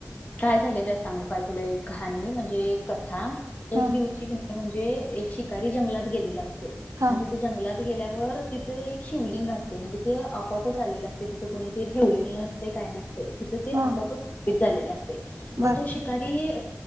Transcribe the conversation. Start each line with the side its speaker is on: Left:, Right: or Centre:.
Left: काय झालेलं सांगू काय तुला एक कहाणी म्हणजे कथा
Right: हा
Left: एक दिवची कनी -- म्हणजे एक शिकारी जंगलात गेलेला असतोय
Right: हा
Left: आणि तिथं -- जंगलात गेल्यावर तिथे एक शिवलिंग असते म्हणजे ते आपोआपच आलेलं असते तिथं कोणीतरी ठेवलेलं नसत काय नसतयं तिथ ते
Right: हा
Left: आपोआपच स्थपित झालेलं असतयं मग
Right: बर
Left: तो शि शीकारी